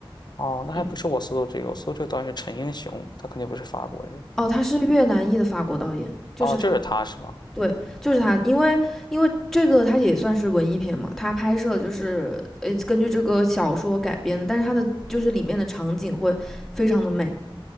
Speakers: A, on the left; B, in the centre.
A: 哦，那还不是我搜的这个，
B: 嗯，
A: 我搜这个导演是陈英雄，他肯定不是法国人。
B: 哦，他是越南裔的法国导演，就是他，
A: 哦，就是他是吗？
B: 对，就是他，
A: 哦
B: 因为因为这个它也算是文艺片嘛，它拍摄就是呃根据这个小说改编的，但是它的就是里面的场景会非常的美，